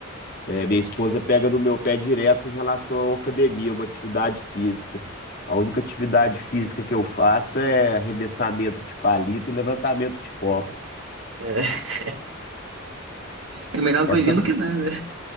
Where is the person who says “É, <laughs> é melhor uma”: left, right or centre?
Right